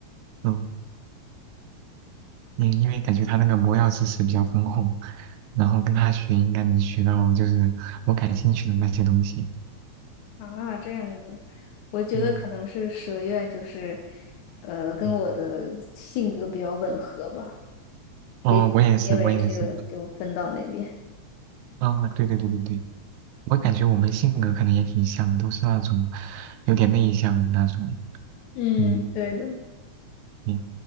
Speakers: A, on the right; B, on the left.
A: 嗯，因因为感觉他那个魔药知识比较丰富，然后跟他学应该能学到就是我感兴趣的那些东西。
B: 啊，这样子，我觉得可能是蛇院就是，
A: 嗯。
B: 呃，跟我的性格比较吻合吧，
A: 嗯哦，
B: 也许就因为这个就分到那边。
A: 我也是，我也是。啊、对对对对对，我感觉我们性格可能也挺像的，都是那种有点内向的那种。
B: 嗯，
A: 嗯，
B: 对的。
A: 你